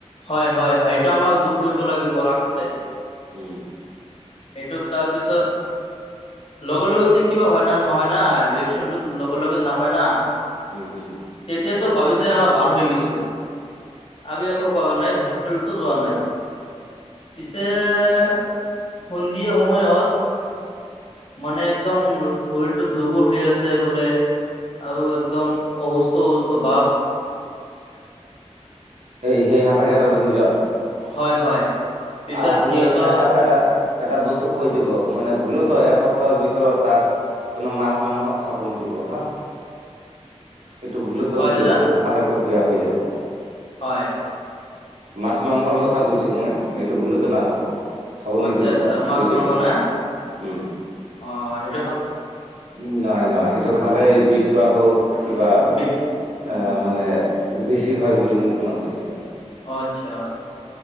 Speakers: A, on the left; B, on the right.
A: হয় হয় হয় এইটো আমাক দূৰ কৰিব লাগিব আগতে।
B: উম।
A: এইটো তাৰপিছত- লগৰ লগত কিবা হয় না নহয় না ৰিয়েকচনটো লগে লগে নাপায় না।
B: উম উম।
A: তেতিয়াতো ভাবিছে অ ভাল হৈ গৈছে। আমি একো কৰা নাই- হস্পিতলতো যোৱা নাই। পিছে- সন্ধিয়া সময়ত মানে একদম- শৰীৰটো দুৰ্বল হৈ আছে বোলে আৰু একদম অসুস্থ অসুস্থ ভাপ- <unintelligible>
B: এই সেই সাপে কটা ৰোগীজন।
A: হয় হয় পিছত
B: আপনি
A: সিহঁতৰ
B: এটা এটা এটা বস্তু কৈ দিব মানে ভুলত- এসপ্তাহৰ ভিতৰত তাক কোনো মাছ মাংস খাব নিদিব হা।
A: <unintelligible>
B: এইটো ভুলটো
A: হয়
B: নিদিব
A: দাদা
B: সেইটো খালে খুব বেয়া হৈ যাব।
A: হয়।
B: মাছ মাংসৰ
A: পিছ
B: কথা কৈছো মই এইটো ভুলতো নাখাব খাব
A: আচ্ছা
B: নিদিব
A: আচ্ছা
B: তাক
A: মাছ
B: কৈ
A: মাংস
B: দিব।
A: না
B: উম
A: অ সেই-
B: উম নাই নাই সেইটো খালে বিষটো আকৌ কিবা-
A: বি উম
B: আহ মানে বেছি হয় বুলি মই শুনা পাইছিলো।
A: অ আচ্ছা অ।